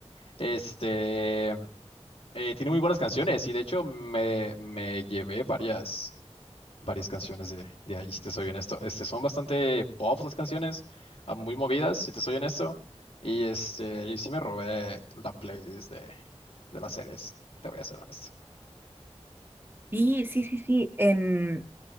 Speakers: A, on the left (about 60°); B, on the right (about 20°).
A: Este, eh, tiene muy buenas canciones y de hecho me, me llevé varias. varias canciones de, de ahí, si te soy honesto. Este, son bastante pop las canciones, ah, muy movidas, si te soy honesto. Y este, y sí me robé la playlist de, de las series, te voy a ser honesto.
B: Sí, sí, sí, sí. En,